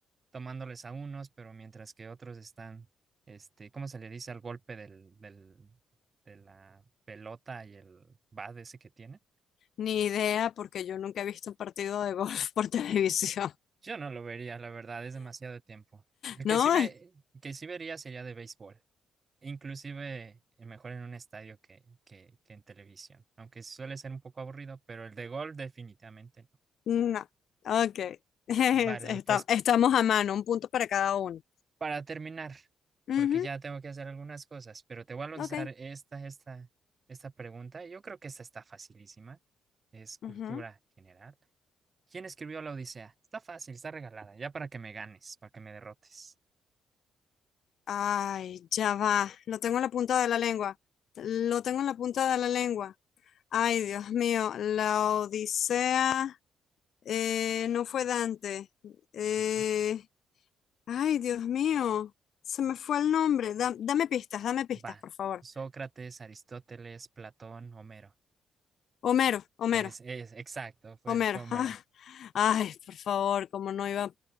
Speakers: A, on the right (about 35°); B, on the left (about 65°).
A: tomándoles a unos, pero mientras que otros están, este, ¿cómo se le dice al golpe del, del, de la pelota y el bat ese que tiene?
B: ni idea, porque yo nunca he visto un partido de golf por televisión. <laughs>
A: Yo no lo vería, la verdad, es demasiado tiempo. El que
B: No,
A: sí ve,
B: es-
A: que sí vería sería de béisbol, inclusive eh, mejor en un estadio que, que, que en televisión, aunque suele ser un poco aburrido, pero el de gol definitivamente no.
B: no. Ok. <laughs> Está-
A: Vale, pues
B: estamos a mano, un punto para cada uno.
A: para terminar,
B: Ujú,
A: porque ya tengo que hacer algunas cosas, pero te voy a lanzar
B: Ok.
A: esta, esta, esta pregunta. Yo creo que esta está facilísima, es cultura
B: Ujú.
A: general. ¿Quién escribió la Odisea? Está fácil, está regalada, ya para que me ganes, para que me derrotes.
B: Ay, ya va. Lo tengo en la punta de la lengua. Lo tengo en la punta de la lengua. Ay, Dios mío. La Odisea eh, no fue Dante. Eh,
A: ¿no?
B: ay, Dios mío. Se me fue el nombre. Da- dame pistas, dame pistas,
A: Va,
B: por favor.
A: Sócrates, Aristóteles, Platón, Homero.
B: Homero, Homero,
A: Es, es, exacto, fue,
B: Homero.
A: fue Homero.
B: <laughs> Ah, ay, por favor, como no iba a